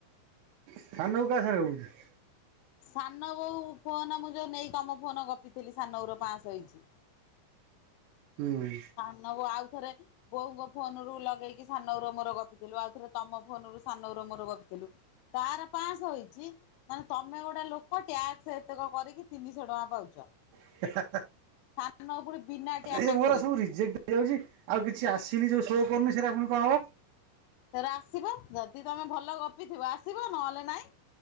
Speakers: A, on the right (about 80°); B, on the left (about 80°).
A: ସାନ ବୋଉ କା ସଙ୍ଗରେ ଗପୁଛି।
B: ସାନ ବୋଉ ଫୋନ ମୁଁ ଯୋଉ ନେଇ ତମ ଫୋନ ଗପିଥିଲି ସାନୋ ବୋଉର ପାଂସହ ହେଇଛି।
A: ହୁଁ।
B: ସାନ ବଉ ଆଉଥରେ ବୋଉଙ୍କ ଫୋନ ରୁ ଲଗେଇକି ସାନ ବୋଉ ର ମୋର ଗପିଥିଲୁ, ଆଉ ଥରେ ତମ ଫନ ରୁ ସାନ ବୋଉର ମୋର ଗପିଥିଲୁ। ତାର ପାଂଶହ ହେଇଛି। ମାନେ ତମେ ଗୋଟେ ଲୋକ ଟ୍ୟାକ୍ସ ଏତେକ କରିକି ତିନିଶହ ଟଙ୍କା ପାଉଛ।
A: ହେ ହେ
B: ସାନ ବୋଉ ପୁଣି ବିନା ଟ୍ୟାକ୍ସ
A: ହେ ଏ ମୋର
B: ରେ।
A: ସବୁ ରିଜେକ୍ଟ ହେଇଯାଉଛି, ଆଉ କିଛି ଆସିନି ଯୋଉ ଶୋ କରୁନି ସେରା ପୁଣି କଣ ହବ।
B: ଫେରେ ଆସିବ, ଯଦି ତମେ ଭଲ ଗପିଥିବ ଆସିବ ନହେଲେ ନାଇଁ।